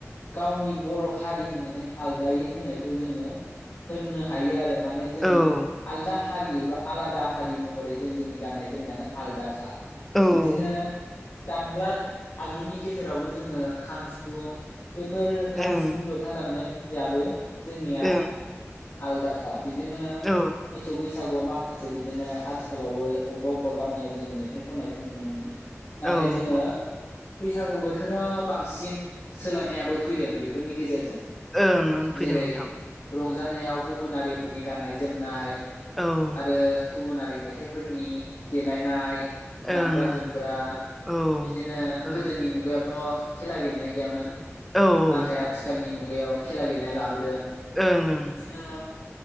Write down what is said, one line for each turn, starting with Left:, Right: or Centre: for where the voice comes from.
Left: गावनि बर हारि होननानै आलदायै होनायखौ जोङो होननो हायो आरो माने जोङो
Centre: ओं
Left: आलदा हारि एबा आलादा हारि महरै जों जोंनि गाननाय जोमनायानो आलादाखा
Centre: ओं
Left: बिदिनो दामग्रा आगजुनि गेजेरावबो जोङो खाम सिफुं बैफोर खाम
Centre: ओं
Left: सिफुं जथा दामनायाबो जोंनिया
Centre: औ
Left: आलदाखा बिदिनो
Centre: औ
Left: मोसौ बैसागु मा माखासे बिदिनो आथिखालावबो अबेबा अबेबा गामियाव जोङो मेथाइ खननायखौ नुनो मोनो नाथाय
Centre: ओं
Left: जोङो बैसागु बोथोराव बांसिन सोलायनायाबो फैदों बेफोरनि गेजेरजों
Centre: ओं फैदों
Left: जेरै
Centre: नोंथां
Left: रंजानायाव गुबुनारिफोरनि गाननाय जोमनाय
Centre: औ ओं
Left: आरो गुबुनारि मेथाइफोरनि देलायनाय
Centre: ओं
Left: दामग्रा जोमग्रा
Centre: औ ओं
Left: बिदिनो
Centre: औ
Left: गोदोनि मुगायावथ खेला गेलेनाय गैयामोन
Centre: ओं
Left: नाथाय आथिखालनि मुगायाव खेला गेलेनाय लाबोदों
Centre: ओं
Left: बिदिनो